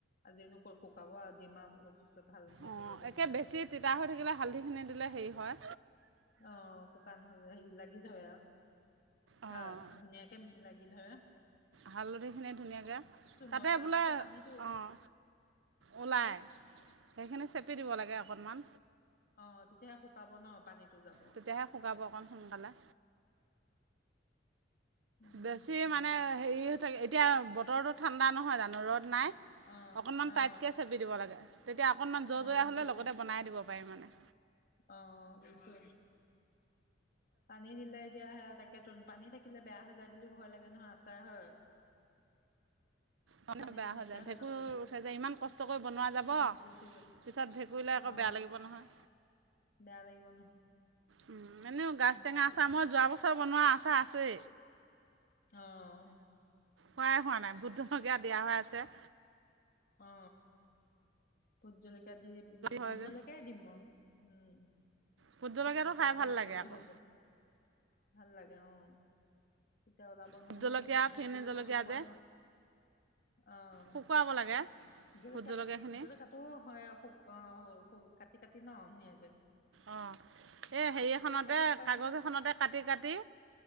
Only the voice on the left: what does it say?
তেনেকুৱা শুকাব আৰু ডিমা বোলৰ পিছত হালধি
আনিলে ধৰিিলো
অ শুকান হ হে লাগি থ হয় আৰু
অ ধুনিয়ীয়া কে লাগি ধৰা
মই তাৰ
পৰা যে পানীটো
হা
আহ তেতিয়াহে শুকাব ন পানীটো যাব অ
উম
অ
অ
অ
দিছো
অ নিছো পানী নিলাই দিয়া সে তাক তাকে ত পানী থাকিলে বেয়া হৈ যায় বুলিও ভয় লাগে নহয় আচাৰ হয়
পানীটো
নাইকিয়া
যাব লাগিব
ভেঁকুৰিত
হৈ যাব
অ
বেয়া লাগিব নহয়
সেনেকে
আহ
অ ভতজলৈক দি ভোট
জালকাই দিম মই উম
সেইটো এতিয়া
অকমান
ললেই
হৈ যাব ভাল লাগে আহ তেতিয়া ওলাব নহয়
ভোট
জলিকীয়া
শুকুৱোৱা
ন আহ
জলেকা
জলেকাটো হয় অসু কাটি কাটি ন নগে
শুকাইছে
নে